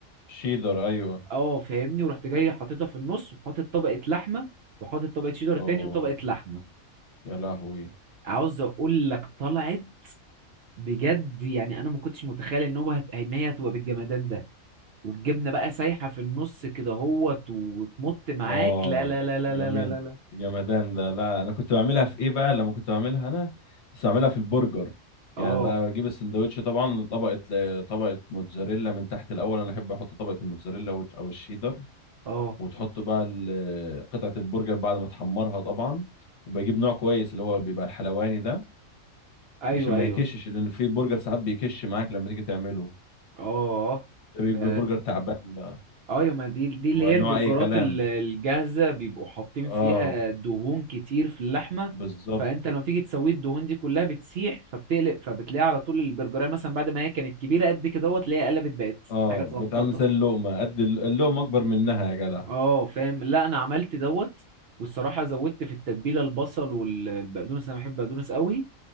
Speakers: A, on the left (about 60°); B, on the right (about 60°).
A: شيدر ايوه
B: اه فاهمني ورحت جاي حاططها في النص وحاطط طبقه لحمه وحاطط طبقه شيدر
A: اوه
B: تاني وطبقه لحمه
A: يا لهوي
B: عاوز اقول لك طلعت بجد يعني انا ما كنتش متخيل ان هو هت... ان هي هتبقى بالجمدان ده والجبنه بقى سايحه في النص كده هوت وتمط معاك
A: اه
B: لا لا لا لا
A: جميل
B: لا لا لا لا.
A: جمدان ده لا انا كنت بعملها في ايه بقى لما كنت بعملها انا كنت بعملها في البرجر
B: اه
A: يعني بقى بجيب السندوتش طبعا طبقه طبقه موتزاريلا من تحت الاول انا احب احط طبقه الموتزاريلا وت- او الشيدر
B: اه
A: وتحط بقى ال- قطعه البرجر بعد ما تحمرها طبعا وبجيب نوع كويس اللي هو بيبقى الحلواني ده
B: ايوه
A: عشان ما
B: ايوه
A: يكشش لان في برجر ساعات بيكش معاك لما تيجي تعمله
B: اه
A: ده بيبقى
B: ده
A: برجر تعبان بقى
B: اه يا ما دي دي اللي
A: هو
B: هي
A: نوع
B: البرجرات
A: اي كلام
B: ال- الجاهزة بيبقوا حاطين فيها
A: اه
B: دهون كتير في اللحمة
A: بالظبط
B: فانت لما تيجي تسوي الدهون دي كلها بتسيح فبتقلب فبتلاقي على طول البرجرية مثلا بعد ما هي كانت كبيرة قد كده دوت تلاقيها قلبت بقت
A: اه
B: حاجة زنططة
A: بتعمل زي اللقمة قد الل- اللقمة أكبر منها يا جدع
B: اه فاهم لا انا عملت دوت والصراحة زودت في التتبيلة البصل والبقدونس انا بحب بقدونس قوي